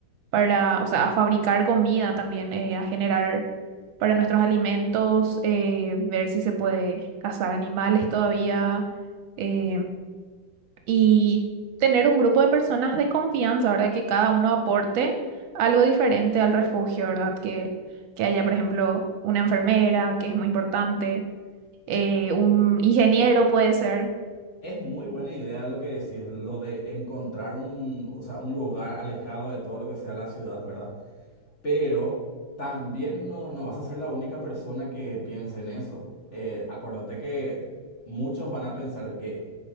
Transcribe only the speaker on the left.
E-
Es muy buena idea lo que decís, lo de encontrar un, o sea, un lugar alejado de todo lo que sea la ciudad, ¿verdad? Pero también no, no vas a ser la única persona que piense en eso. Eh, acordate que muchos van a pensar que